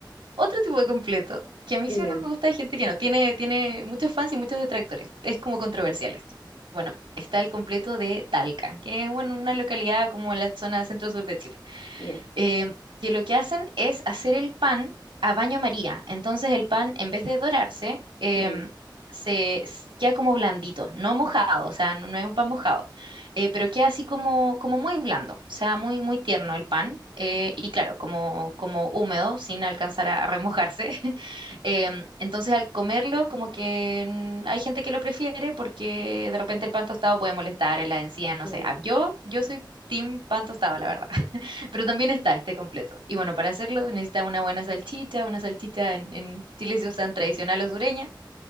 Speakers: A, on the right (about 85°); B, on the left (about 80°).
A: Otro tipo de completo que a mí
B: bien,
A: sí me gusta de gente que no, tiene, tiene muchos fans y muchos detractores. Es como controversial esto. Bueno, está el completo de Talca, que es bueno, una localidad como en la zona centro-sur de Chile
B: bien.
A: eh, que lo que hacen es hacer el pan a baño María. Entonces el pan, en vez de dorarse, em,
B: Mm,
A: se s- queda como blandito, no mojado, o sea, no, no es un pan mojado, eh, pero queda así como, como muy blando, o sea, muy, muy tierno el pan. eh, y claro, como, como húmedo, sin alcanzar a, a remojarse. <laughs> Em, entonces, al comerlo, como que mm, hay gente que lo prefiere porque de repente el pan tostado puede molestar en la encía, no
B: mm.
A: sé. Ah, Yo, yo soy team pan tostado, la verdad. <laughs> Pero también está este completo. Y bueno, para hacerlo necesita una buena salchicha, una salchicha en, en Chile se usan tradicional o sureña,